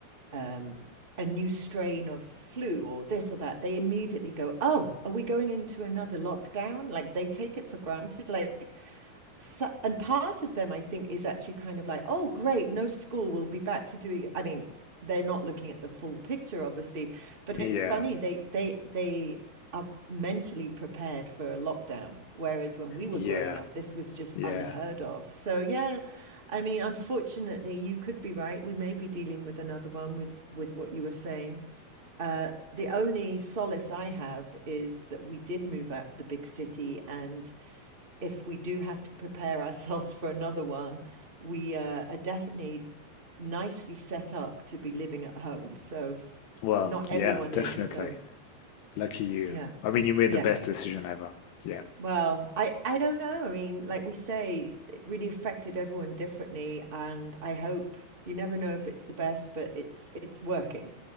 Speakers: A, on the right; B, on the left.
A: um, a new strain of flu or this or that, they immediately go, "Oh, are we going into another lockdown?" Like they take it for granted. Like so, and part of them, I think, is actually kind of like, oh, great, no school, we'll be back to doing. I mean, they're not looking at the full picture, obviously, but
B: yeah
A: it's funny they they they are mentally prepared for a lockdown, whereas when we were
B: yeah
A: growing up, this was just
B: yeah
A: unheard of. So yeah, I mean, unfortunately, you could be right. We may be dealing with another one with with what you were saying. Uh, the only solace I have is that we did move out of the big city and if we do have to prepare ourselves for another one, we uh, are definitely nicely set up to be living at home. So f-
B: well
A: not
B: yeah
A: everyone
B: definitely
A: is. So
B: lucky you
A: yeah,
B: i mean you made
A: yes.
B: the best decision ever yeah
A: Well, I I don't know. I mean, like we say, it really affected everyone differently, and I hope you never know if it's the best, but it's it's working.